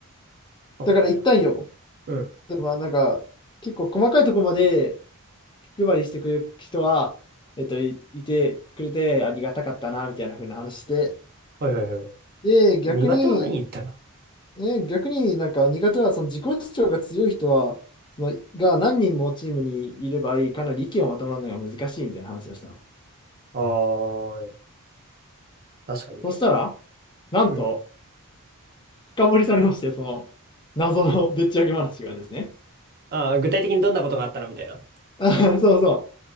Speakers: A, on the right; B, on the left.
A: そうね。
B: だから言ったんよ。
A: うん。
B: でもまあなんか、結構細かいとこまで気配りしてくれる人は、えっと、い、いてくれてありがたかったな、みたいな風な話して。
A: はいはいはい。
B: で、逆に、
A: 苦手は何言ったら
B: ね、逆になんか苦手はその自己主張が強い人は、そのが何人もチームにいればいい、かなり意見をまとまるのが難しいみたいな話をしたの。
A: ああー、確かにね。
B: そしたら、なんと
A: うん。
B: 深掘りされまして、その謎のでっち上げ話がですね。
A: ああ、具体的にどんなことがあったのみたいな。
B: <laughs> あそうそ